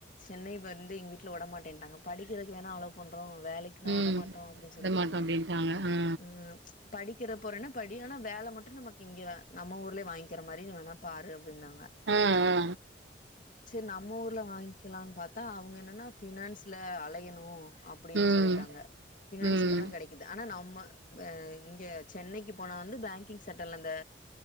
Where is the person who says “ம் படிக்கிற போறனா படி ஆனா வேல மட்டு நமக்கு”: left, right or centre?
Left